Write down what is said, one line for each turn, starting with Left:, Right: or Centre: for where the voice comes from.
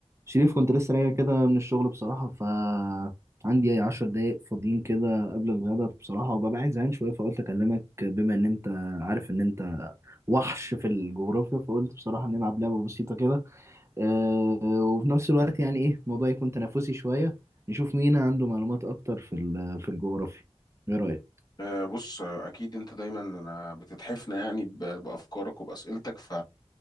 Right: شريف كنت لسه راجع كده من الشغل بصراحة ف عندي أي عشر دقايق فاضيين كده قبل الغدا بصراحة وببقى قاعد زهقان شوية فقلت أكلمك بما إن أنت عارف إن أنت وحش في الجغرافيا فقلت بصراحة نلعب لعبة بسيطة كده أه وفي نفس الوقت يعني إيه الموضوع يكون تنافسي شوية نشوف مين عنده معلومات أكتر في ال- في الجغرافيا إيه رأيك؟
Left: آه، بص آه، اكيد انت دايما آه، بتتحفنا يعني ب- بافكارك وباسئلتك ف